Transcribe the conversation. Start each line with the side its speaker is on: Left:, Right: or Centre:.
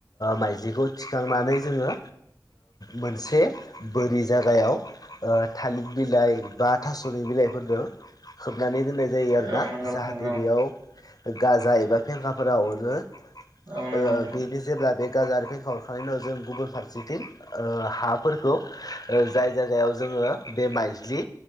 Left: माइज्लिखौ थिखांनानै जोङो मोनसे बोरि जागायाव थालिर बिलाइ बा थास'नि बिलाइफोरजों खोबनानै दोननाय जायो आरोना।
Right: औ नंगौ
Left: जाहाथे
Right: नोंथां
Left: बेयाव गाजा एबा फेंखाफोरा अरो। आं
Right: औ नंगौ नोंथां
Left: बिनि जेब्ला बे गाजार फेंखा अरखांनायनि उनाव जों गुबुन फारसेथिं हाफोरखौ जाय जायगायाव जोङो बे माइज्लि